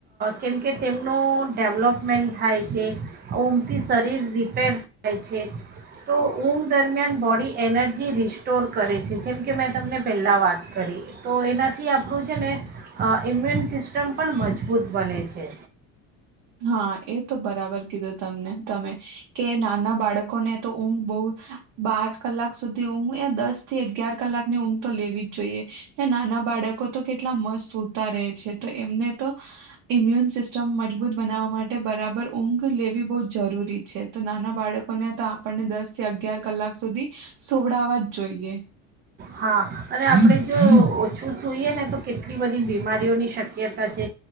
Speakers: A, on the right; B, on the right.
A: કેમકે તેમનો ડેવલોપમેન્ટ થાય છે ઊંઘથી શરીર રિપેર થાય છે તો ઊંઘ દરમિયાન બોડી એનર્જી રિસ્ટોર કરે છે જેમ કે મેં તમને પહેલાં વાત કરી તો એનાથી આપણું છે ને ઇમ્યુન સિસ્ટમ પણ મજબૂત બને છે
B: હા એ તો બરાબર કીધું તમને તમે કે નાના બાળકોને તો ઊંઘ બહ બાર કલાક સુધી ઊંઘ એ દસ થી અગિયાર કલાક ની ઊંઘ તો લેવી જ જોઈએ નાના બાળકો કેટલા મસ્ત સૂતા રહે છે તો એમને તો ઈમ્યુન સિસ્ટમ મજબૂત બનાવવા માટે બરાબર ઊંઘ લેવી બહ જરૂરી છે તો નાના બાળકોને તો આપણને દસ થી અગિયાર કલાક સુધી સોવડાવવા જ જોઈએ
A: હા અને આપણે જો ઓછું સૂઈએ ને તો કેટલી બધી બીમારીઓની શક્યતા છે